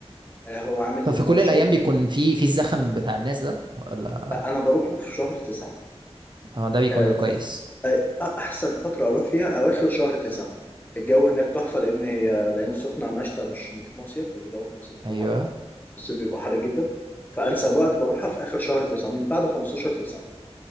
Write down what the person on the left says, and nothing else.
آه هو عامل
نشاط
لا انا بروحه في شهر تسعة
آه ف-
آه احسن فترة اروح فيها اواخر شهر تسعة الجو هناك تحفة لان هي لان السخنة مشتى مش مش مصيف الجو في الص- في
الح- في الصيف بيبقى حر جدا فانسب وقت بروحها في اخر شهر تسعة من بعد 15 تسعة